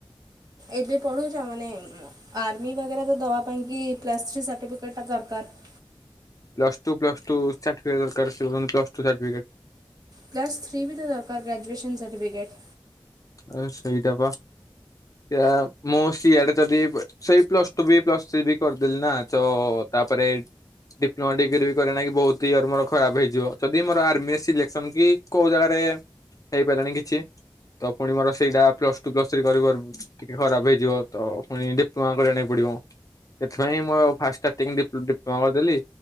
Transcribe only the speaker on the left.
Plus two plus two certificate ଦରକାର <unintelligible> plus two certificate.
ଆରେ ସେଇଟାପା। <unintelligible> ମୁଁ ସିଆଡ଼େ ଯଦି ସେଇ ପ୍ଲସ ଟୁ ବି ପ୍ଲସ ଥ୍ରୀ ବି କରିଦେଲି ନା ତ ତାପରେ ଡିପ୍ଲୋମା ଡିଗ୍ରୀ ବି କରିବା ନାଗି କି ବୋହୁତ ହି ଇୟର ମୋର ଖରାପ ହେଇଯିବ ଯଦି ମୋର ଆର୍ମିରେ ସିଲେକ୍ସନ୍ କି କୋଉ ଜାଗାରେ ହେଇପାରିଲାଣି କିଛି ତ ପୁଣି ମୋର ସେଇଯା ପ୍ଲସ୍ ଟୁ ପ୍ଲସ୍ ଥ୍ରି କରିବାରୁ ଟିକେ ଖରାପ ହେଇଯିବ ତ ପୁଣି ଡିପ୍ଲୋମା କରିବା ନାଗି ପଡି଼ବ। ସେଥିପାଇଁ ମୁଁ ଆଉ ଫାଷ୍ଟ୍ ଷ୍ଟାର୍ଟିଂ ଡିପ୍ଲ ଡିପ୍ଳୋମା କରିଦେଲି।